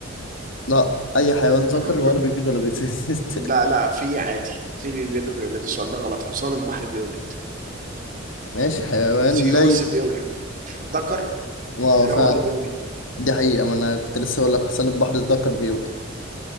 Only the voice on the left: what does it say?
لا اي حيوان ذكر
ولا بيبيض ولا بيتولد <laughs>
ماشي حيوان
لا
ي...
واو
فعلا
دي حقيقة ما انا كنت لسه اقول لك حسن البحر ذكر بيولد